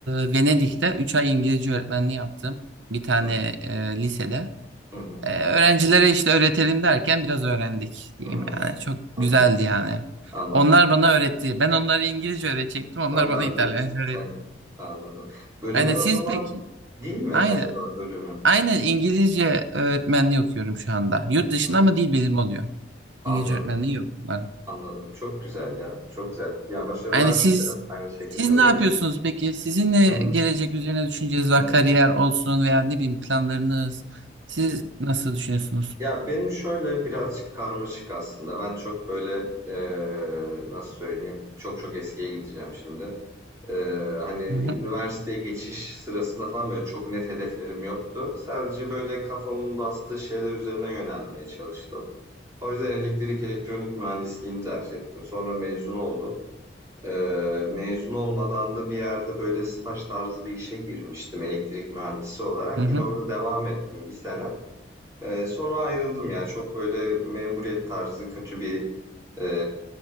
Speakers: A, on the right (about 80°); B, on the right (about 15°).
A: e, Venedik'te 3 ay İngilizce öğretmenliği yaptım. Bir tane
B: Hı
A: e, lisede.
B: hı. hı.
A: E, öğrencilere işte öğretelim derken biraz öğrendik diyeyim
B: Hmm.
A: yani. Çok
B: Anladım.
A: güzeldi yani.
B: Anladım.
A: Onlar bana öğretti. Ben onlara İngilizce öğretecektim. Onlar
B: Onlar
A: bana İtalyanca
B: da İtalyan.
A: öğretti.
B: Anladım. Bölümün
A: Aynen
B: o
A: siz
B: zaman
A: peki?
B: dil mi acaba
A: Aynen.
B: bölümü?
A: Aynen İngilizce öğretmenliği okuyorum şu anda. Yurt dışında
B: Hı.
A: ama dil bilimi oluyor.
B: Anladım.
A: İngilizce öğretmenliği yok bunların.
B: Anladım. Çok güzel ya. Çok güzel. Ya başarılar
A: Yani siz
B: dilerim aynı şekilde.
A: siz ne
B: Benim
A: yapıyorsunuz peki? Sizin ne
B: Hı hı,
A: gelecek üzerine düşünceniz
B: hı
A: var?
B: hı,
A: Kariyer olsun veya
B: hı hı,
A: ne bileyim planlarınız. Siz nasıl düşünüyorsunuz?
B: Ya benim şöyle birazcık karmaşık aslında. Ben çok böyle eee, nasıl söyleyeyim? Çok çok eskiye gideceğim şimdi. Eee, hani üniversiteye
A: Hı hı,
B: geçiş sırasında falan böyle çok net hedeflerim yoktu. Sadece böyle kafamın bastığı şeyler üzerine yönelmeye çalıştım. O yüzden elektrik elektronik mühendisliğini tercih ettim. Sonra mezun oldum. Ee, mezun olmadan da bir yerde böyle staj tarzı bir işe girmiştim elektrik mühendisi olarak.
A: hı hı.
B: Yine orada devam ettim bir sene. Ee, sonra ayrıldım ya. Çok böyle memuriyet tarzı kötü bir e,